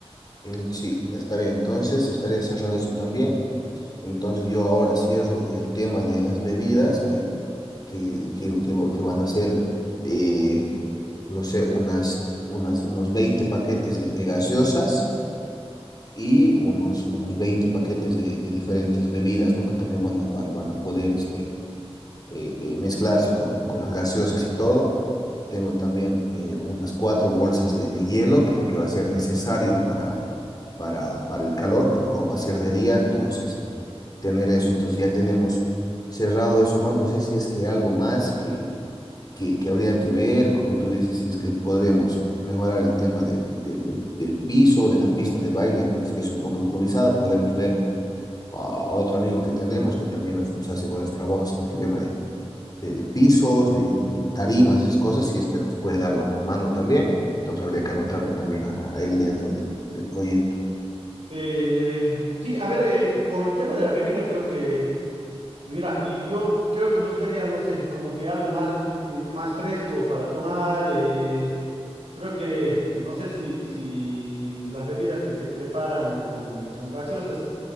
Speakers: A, on the left (about 40°); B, on the right (about 70°).
A: Mm, Sí, está bien. Entonces, estaría cerrado eso también. Entonces, yo ahora cierro el tema de las bebidas que, que, que, que, vo- que van a ser, eh, no sé, unas, unas, unos 20 paquetes de, de gaseosas y unos, unos 20 paquetes de, de diferentes bebidas, ¿no? Que también van a, van, van a poder este, eh, eh, mezclarse con, con las gaseosas y todo. Tengo también eh, unas cuatro bolsas de, de hielo que, que va a ser necesario para, para, para el calor, porque como va a ser de día, entonces tener eso. Entonces ya tenemos cerrado eso más. No sé si es que algo más que, que, que habría que ver, como tú dices, si es que podremos mejorar el tema del, del, del, del piso, de la pista de baile, que es que es un poco improvisada. Podemos ver a a otro amigo que tenemos que también nos, nos hace buenos trabajos en el tema de de, de pisos, de, de tarimas, esas cosas, si es que nos puede dar la, la mano también. Entonces habría que anotarlo también a, a él dentro del, del proyecto.
B: Eh, sí, a ver, eh, con el tema de la bebida creo que... Mira, y yo creo que buscaría, no sé, como que algo más, mm, más fresco para tomar. eh, creo que, no sé si, si las bebidas que se preparan con, con gaseosas